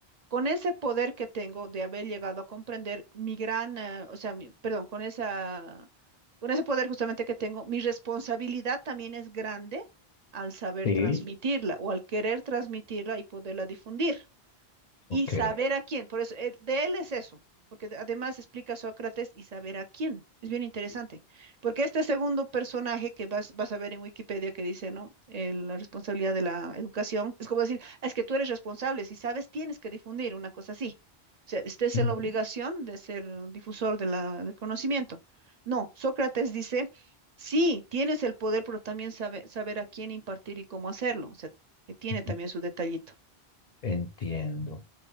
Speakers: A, on the right; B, on the left.
A: con ese poder que tengo de haber llegado a comprender mi gran, eh, o sea, mi- perdón, con esa, con ese poder justamente que tengo, mi responsabilidad también es grande al saber
B: Sí,
A: transmitirla o al querer transmitirla y poderla difundir y
B: ok.
A: saber a quién. Por eso, eh, de él es eso, porque de- además explica Sócrates y saber a quién. Es bien interesante, porque este segundo personaje que vas, vas a ver en Wikipedia que dice, ¿no? El- la responsabilidad de la educación, es como decir, "Ah, es que tú eres responsable, si sabes, tienes que difundir una cosa así. O sea, estés
B: Ujú,
A: en la obligación de ser eh, difusor de la- del conocimiento. No, Sócrates dice, sí, tienes el poder, pero también sabe- saber a quién impartir y cómo hacerlo. O sea, que tiene
B: ujú,
A: también su detallito.
B: Entiendo.